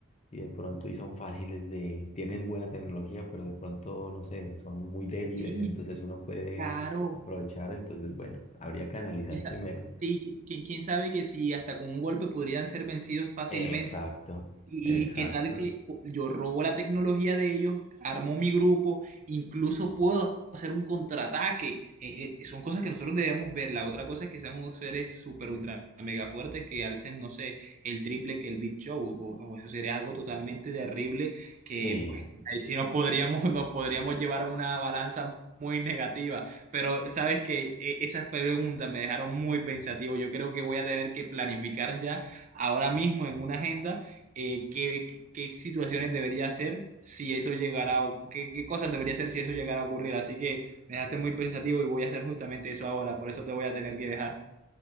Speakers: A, on the left (about 30°); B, on the right (about 35°).
A: si de pronto y son fáciles de, tienen buena tecnología, pero de pronto, no sé, son muy débiles,
B: Sí,
A: entonces uno puede
B: claro.
A: aprovechar, entonces bueno, habría que analizar
B: Quién sa-
A: primero.
B: Sí, qui- qui- quién sabe que si hasta con un golpe podrían ser vencidos fácilmente.
A: Exacto,
B: Y
A: exacto.
B: qué tal que yo robo la tecnología de ellos, armo mi grupo, incluso puedo hacer un contraataque. Es que son cosas que nosotros debemos ver. La otra cosa es que sean unos seres super ultra mega fuertes que alcen, no sé, el triple que el Big Show. O, o eso sería algo totalmente terrible que
A: Sí,
B: pues ahí sí nos podríamos, <laughs> nos podríamos llevar a una balanza muy negativa. Pero sabes que eh, esas preguntas me dejaron muy pensativo. Yo creo que voy a tener que planificar ya ahora mismo en una agenda eh, qué, qué- qué situaciones debería hacer si eso llegara a, qué, qué cosas debería hacer si eso llegara a ocurrir. Así que me dejaste muy pensativo y voy a hacer justamente eso ahora, por eso te voy a tener que dejar.